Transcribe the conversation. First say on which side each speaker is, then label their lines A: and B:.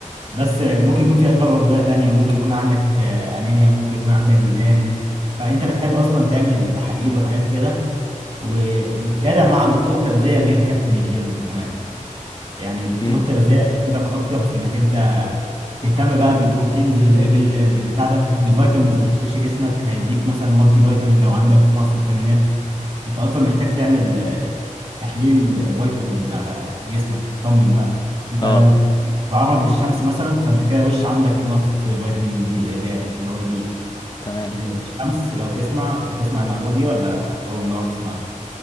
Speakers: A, on the right; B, on the left.
A: بس ممكن يكون في أسباب عضوية تانية ممكن يكون عندك آه، أنيميا ممكن يكون عندك ديدان فأنت محتاج أصلا تعمل تحاليل وحاجات كده و- وتتابع مع دكتور تغذية غير كابتن الجيم كمان يعني دكتور
B: امم
A: تغذية هيفيدك أكتر في إنك أنت تهتم بقى بالبروتينز ال- بال- بالبتاع ده الفيتامينز اللي بتخش جسمك هيديك مثلا مالتي فيتامين لو عندك نقص فيتامينات أنت أصلا محتاج تعمل آه، تحليل آه، فيتامينز على جسمك تطمن بقى أنت
B: اه
A: لو بتتعرض للشمس مثلا فأنت كده وش عندك نقص فيتامين دي د اللي هو دي
B: تمام
A: ال- الشمس لو تسمع تسمع المعلومة دي ولا أول مرة تسمعها؟